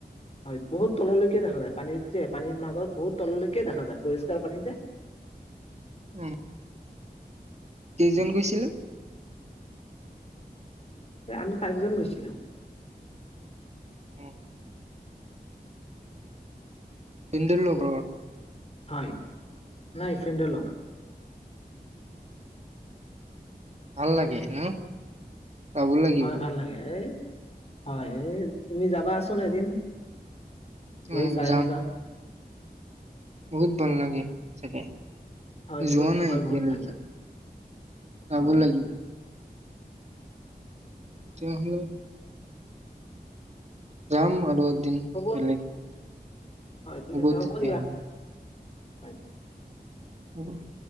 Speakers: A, on the left; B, on the right.
A: হয়, বহুত তললৈকে দেখা যায় পানী যে পানীৰ মাজত বহুত তললৈকে দেখা যায় পৰিষ্কাৰ পানী যে।
B: উম কেইজন
A: সেইকাৰণে।
B: গৈছিলে?
A: আমি চাৰিজন গৈছিলোঁ।
B: অঁ ভিনদেউৰ লগত
A: হয় নাই ফ্ৰেন্দৰ লগত।
B: ভাল লাগে ন? যাব লাগিব
A: হয় ভাল লাগে এই। হয়, এই তুমি যাবাচোন এদিন গৈ
B: উম
A: চাই
B: যাম
A: আহিবা
B: বহুত ভাল লাগে, চাগে
A: হয়
B: যোৱা
A: বহুত
B: নাই
A: হয়
B: এতিয়ালৈকে,
A: বহুত ভাল লাগে
B: যাব
A: অ
B: লাগিব তেতিয়াহলে যাম আৰু দিন,
A: হ'ব
B: বেলেগ
A: হয় ঠিক
B: হ'ব
A: আছে
B: তেতিয়া
A: দিয়া
B: হ'লে,
A: হয়।
B: অ'। <inaudible>